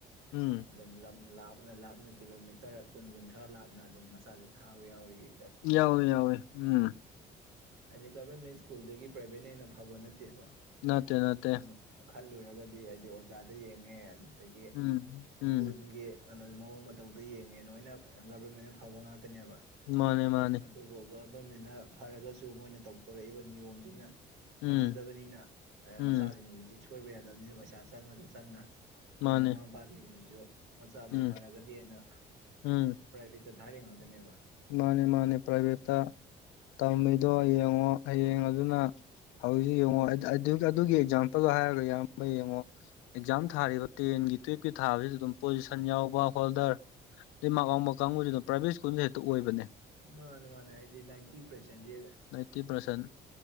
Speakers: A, on the left; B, on the right.
A: ꯎꯝ
B: ꯂꯝ ꯂꯥꯞꯅ ꯂꯥꯞꯅ ꯀꯤꯂꯣꯃꯤꯇꯔ ꯀꯨꯟ ꯀꯨꯟꯊ꯭ꯔꯥ ꯂꯥꯞꯅ ꯑꯗꯨꯝ ꯃꯆꯥꯖꯦ ꯊꯥꯕ ꯌꯥꯎꯔꯤꯌꯦ
A: ꯌꯥꯎꯋꯦ ꯌꯥꯎꯋꯦ ꯎꯝ
B: ꯍꯥꯏꯗꯤ ꯒꯕꯔꯃꯦꯟ ꯁ꯭ꯀꯨꯜꯗꯒꯤ ꯄ꯭ꯔꯥꯏꯚꯦꯠꯅ ꯍꯦꯟꯅ ꯐꯕ ꯅꯠꯇꯦꯕ
A: ꯅꯠꯇꯦ ꯅꯠꯇꯦ
B: ꯑꯃꯨꯛ ꯈꯜꯂꯨꯔꯒꯗꯤ ꯍꯥꯏꯗꯤ ꯑꯣꯖꯥꯗ ꯌꯦꯡꯉꯦ ꯑꯗꯨꯗꯒꯤ
A: ꯎꯝ
B: ꯁꯀꯨꯜꯒꯤ
A: ꯎꯝ
B: ꯀꯩꯅꯣ ꯃꯑꯣꯡ ꯃꯇꯧꯗ ꯌꯦꯡꯉꯦ ꯅꯣꯏꯅ ꯒꯕꯔꯃꯦꯟꯅ ꯐꯕ ꯉꯥꯛꯇꯅꯦꯕ
A: ꯃꯥꯅꯦ ꯃꯥꯅꯦ
B: ꯑꯗꯨꯕꯨ ꯒꯚꯔꯃꯦꯟꯅ ꯐꯔꯒꯁꯨ ꯃꯣꯏꯅ ꯇꯧꯊꯣꯔꯛꯏꯕ ꯅꯤꯌꯣꯝꯁꯤꯅ ꯐꯖꯗꯕꯅꯤꯅ
A: ꯎꯝ
B: ꯑ
A: ꯎꯝ
B: ꯃꯆꯥꯁꯤꯡꯁꯤꯗꯤ ꯁꯣꯏꯕ ꯌꯥꯗꯕꯅꯤꯅ ꯄꯩꯁꯥ ꯆꯪꯉꯁꯨ ꯆꯪꯅ ꯑꯗꯨ
A: ꯃꯥꯅꯦ
B: ꯃꯃꯥ ꯃꯄꯥꯁꯤꯡꯁꯤꯁꯨ ꯃꯆꯥꯕꯨ
A: ꯎꯝ
B: ꯐꯔꯒꯗꯤ ꯅ
A: ꯎꯝ
B: ꯄ꯭ꯔꯥꯏꯚꯦꯠꯇ ꯊꯥꯔꯤ ꯉꯥꯛꯇꯅꯦꯕ
A: ꯃꯥꯅꯦ ꯃꯥꯅꯦ ꯄ꯭ꯔꯥꯏꯚꯦꯠꯇ ꯇꯝꯃꯤꯗꯣ ꯌꯦꯡꯉꯣ ꯍꯌꯦꯡ ꯑꯗꯨꯅ ꯍꯧꯖꯤꯛ ꯌꯦꯡꯉꯣ ꯑꯥꯏꯗ ꯑꯗꯨꯏꯗ ꯑꯗꯨꯒꯤ ꯑꯦꯛꯖꯥꯝꯄꯜꯗꯣ ꯍꯥꯏꯔꯒ ꯏꯌꯥꯝꯕ ꯌꯦꯡꯉꯣ ꯑꯦꯛꯖꯥꯝ ꯊꯥꯔꯤꯕ ꯇꯦꯟꯒꯤ ꯇꯨꯌꯦꯜꯞꯀꯤ ꯊꯥꯕꯖꯤꯗ ꯑꯗꯨꯝ ꯄꯣꯖꯤꯁꯟ ꯌꯥꯎꯕ ꯍꯣꯜꯗꯔ ꯗꯩ ꯃꯥꯛ ꯋꯥꯎꯕ ꯀꯥꯡꯕꯨꯖꯤ ꯑꯗꯨꯝ ꯄ꯭ꯔꯥꯏꯚꯦꯠ ꯁ꯭ꯀꯨꯜꯗꯩ ꯍꯦꯛꯇ ꯑꯣꯏꯕꯅꯦ
B: ꯃꯥꯅꯦ ꯃꯥꯅꯦ ꯑꯩꯗꯤ ꯅꯥꯏꯟꯇꯤ ꯄ꯭ꯔꯁꯦꯟꯇꯦꯗ
A: ꯇꯤ ꯄ꯭ꯔꯁꯟ